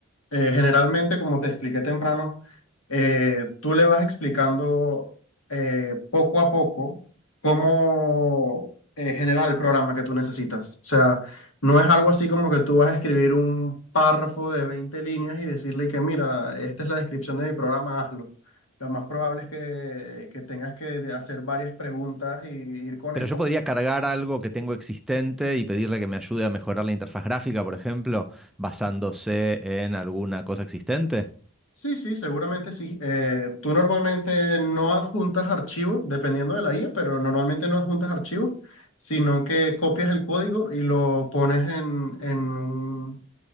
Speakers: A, on the left; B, in the centre.
A: Eh, generalmente, como te expliqué temprano, eh, tú le vas explicando eh, poco a poco cómo eh, generar el programa que tú necesitas. O sea, no es algo así como que tú vas a escribir un párrafo de 20 líneas y decirle que, mira, esta es la descripción de mi programa, hazlo. Lo más probable es que, que tengas que hacer varias preguntas y ir conectando
B: Pero yo podría cargar algo que tengo existente y pedirle que me ayude a mejorar la interfaz gráfica, por ejemplo, basándose en alguna cosa existente.
A: Sí, sí, seguramente sí. Eh, tú normalmente no adjuntas archivos, dependiendo de la IA, pero normalmente no adjuntas archivos, sino que copias el código y lo pones en, en un-